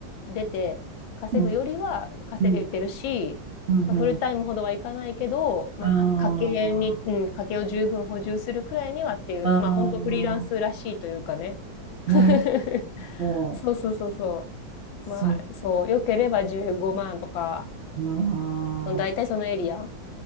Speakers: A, on the left; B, on the right.
A: 出て稼ぐよりは稼げてるし、
B: うん、うん、うん、
A: まあ、フルタイムほどはいかないけど、
B: うん。
A: まあ、
B: あ
A: か、家計に、うん、家計を十分補充するくらいにはっていう、
B: あ、ああ、
A: まあ、本当フリーランスらしいというかね。<laughs>
B: なるほど。
A: そうそうそうそ
B: そっ
A: う。まあ、そう、良ければ15万とか、
B: か。
A: 大体そのエリア。